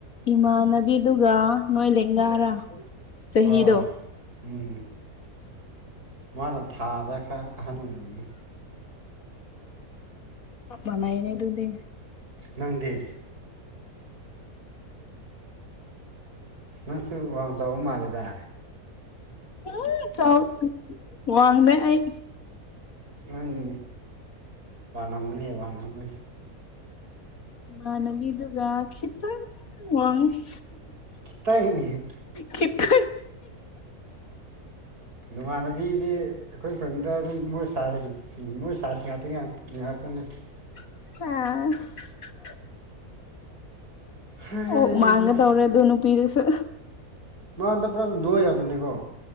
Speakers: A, on the left (about 65°); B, on the right (about 85°).
A: ꯏꯃꯥꯟꯅꯕꯤꯗꯨꯒ ꯅꯣꯏ ꯂꯦꯡꯒꯥꯔꯥ ꯆꯍꯤꯗꯣ
B: ꯑꯥ ꯎꯝ ꯃꯥꯅ ꯊꯥꯗ ꯈꯔ ꯑꯍꯟ ꯑꯣꯏꯔꯝꯃꯦ
A: ꯃꯅꯥ ꯌꯦꯅꯦ ꯑꯗꯨꯗꯤ
B: ꯅꯪꯗꯤꯦ ꯅꯪꯁꯨ ꯋꯥꯡ ꯆꯥꯎ ꯃꯥꯜꯂꯦꯗ
A: ꯎꯝ ꯆꯥꯎꯥꯎ ꯋꯥꯡꯗ ꯑꯩ
B: ꯑꯪ ꯂꯃꯨ ꯍ ꯂꯥꯡꯅꯕ
A: ꯏꯃꯥꯟꯅꯕꯤꯗꯨꯒ ꯈꯤꯇꯪ ꯋꯥꯡꯈꯤ
B: ꯈꯤꯇꯪ
A: ꯀꯇ
B: ꯅꯃꯥꯟꯅꯕꯤꯗꯤ ꯑꯩꯈꯣꯏ ꯈꯨꯟꯗ ꯑꯗꯨꯝ ꯃꯣꯏ ꯁꯥꯁꯤ ꯃꯣꯏ ꯁꯥꯁꯤ ꯉꯥꯛꯇ ꯉꯥꯛꯇꯅꯤ
A: <unintelligible>
B: ꯍꯩꯍꯥ
A: ꯑꯣ ꯃꯥꯡꯒ ꯇꯧꯔꯦ ꯑꯗꯨꯣꯅ ꯄꯤꯁ
B: ꯃꯥ ꯑꯟ ꯄꯨꯔꯥ ꯅꯨꯍꯣꯏꯔꯃꯤꯅꯤꯀꯣ